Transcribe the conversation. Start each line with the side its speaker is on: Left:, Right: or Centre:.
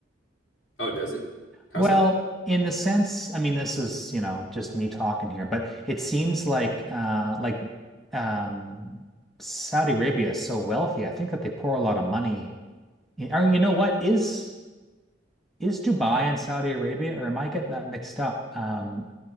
Left: Oh, does it? How
Centre: Well,
Left: so?
Centre: in the sense, I mean, this is, you know, just me talking here, but it seems like uh like um Saudi Arabia is so wealthy. I think that they pour a lot of money in, or you know what, is is Dubai and Saudi Arabia, or am I getting that mixed up? Um,